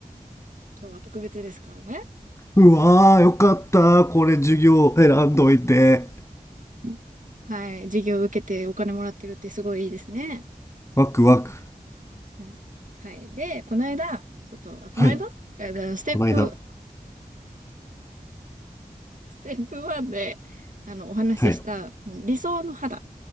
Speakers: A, on the right; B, on the left.
A: 今日は特別ですからね。
B: うわー、よかった。これ、授業選んどいて。
A: うんはい。授業を受けてお金もらってるってすごいいいですね。
B: ワクワク。
A: うんはい。で、この間、ちょっと、あ、この間えーステップ、
B: はい。この間。
A: ステップ1で、あの、お話しした理想の肌
B: はい。